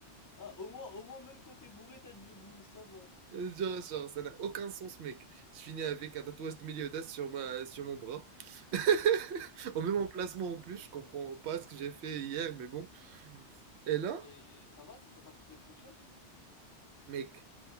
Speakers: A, on the left; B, on the right.
A: Ah, au moins, au moins, même quand t'es bourré, t'as du goût, ça va.
B: Genre, genre, ça n'a aucun sens, mec. Je finis avec un tatouage de Meliodas sur ma, sur mon bras. <laughs> Au
A: Punaise.
B: même emplacement en plus, je comprends pas ce que j'ai fait hier, mais bon. Et là,
A: Mais ça va, ça t'a pas coûté trop cher?
B: mec,